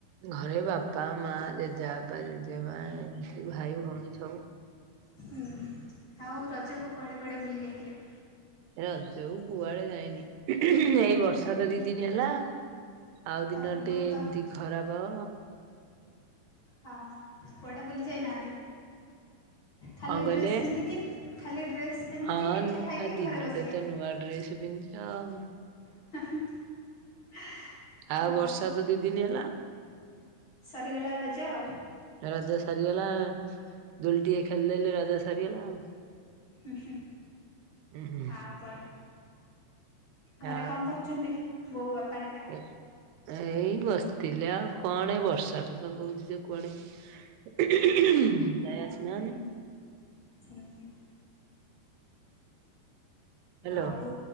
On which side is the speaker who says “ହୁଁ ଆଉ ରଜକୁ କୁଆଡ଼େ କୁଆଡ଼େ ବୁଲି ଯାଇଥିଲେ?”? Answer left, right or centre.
Left